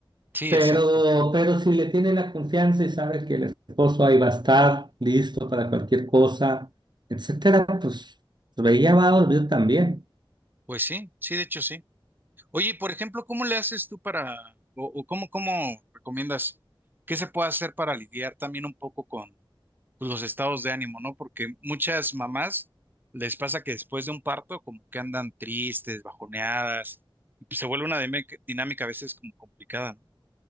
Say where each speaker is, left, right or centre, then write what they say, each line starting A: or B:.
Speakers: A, on the right; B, on the right.
A: Sí,
B: Pero,
A: exacto.
B: pero si le tiene la confianza y sabe que el esposo ahí va a estar listo para cualquier cosa, etcétera, pues ella va a dormir también.
A: Pues sí, sí, de hecho sí. Oye, y por ejemplo, ¿cómo le haces tú para, o, o cómo, cómo recomiendas, qué se puede hacer para lidiar también un poco con pues, los estados de ánimo, ¿no? Porque muchas mamás les pasa que después de un parto como que andan tristes, bajoneadas, y pues, se vuelve una dime- dinámica a veces como complicada, ¿no?